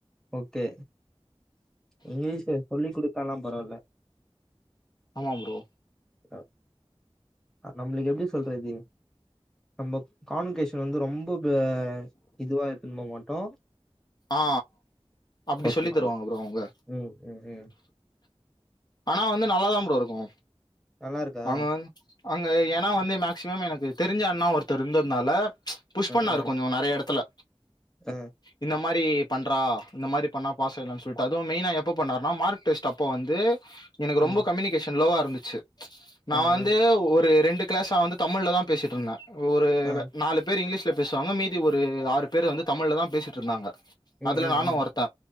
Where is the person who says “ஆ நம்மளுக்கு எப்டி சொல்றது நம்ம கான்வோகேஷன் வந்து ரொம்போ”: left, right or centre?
Centre